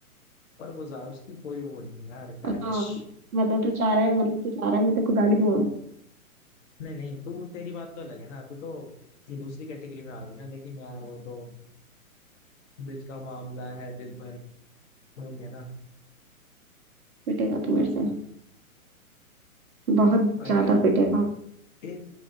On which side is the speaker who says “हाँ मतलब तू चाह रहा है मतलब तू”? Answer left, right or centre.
Right